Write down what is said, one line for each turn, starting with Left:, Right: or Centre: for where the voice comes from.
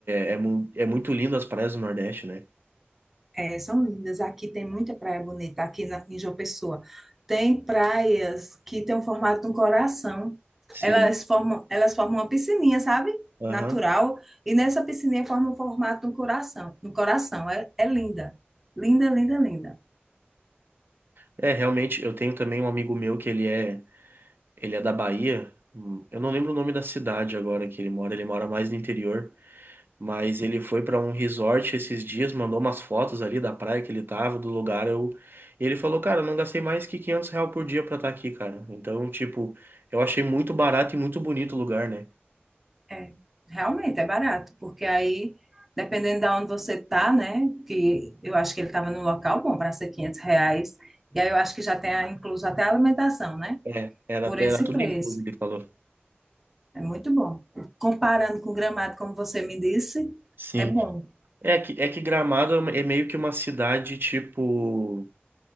Right: é, mu- é muito lindo as praias do Nordeste, né?
Centre: É, são lindas. Aqui tem muita praia bonita, aqui na, em João Pessoa. Tem praias que tem o formato de um coração.
Right: Sim.
Centre: Elas formam, elas formam uma piscininha, sabe?
Right: Aham.
Centre: Natural. E nessa piscininha forma o formato de um coração. Um coração. É, é linda. Linda, linda, linda.
Right: É, realmente, eu tenho também um amigo meu que ele é, ele é da Bahia. Hum, Eu não lembro o nome da cidade agora que ele mora, ele mora mais no interior. Mas ele foi para um resort esses dias, mandou umas fotos ali da praia que ele tava, do lugar. Eu... Ele falou, cara, eu não gastei mais que 500 real por dia pra estar aqui, cara. Então, tipo, eu achei muito barato e muito bonito o lugar, né?
Centre: É, realmente é barato, porque aí, dependendo de onde você tá, né? Que eu acho que ele estava num local bom para ser 500 reais. E aí eu acho que já tem a- incluso até a alimentação, né?
Right: É, era,
Centre: Por
Right: até-
Centre: esse
Right: era tudo
Centre: preço.
Right: incluso, ele falou.
Centre: É muito bom. Comparando com Gramado, como você me disse,
Right: Sim.
Centre: é bom,
Right: É que, é que Gramado é uma- é meio que uma cidade, tipo,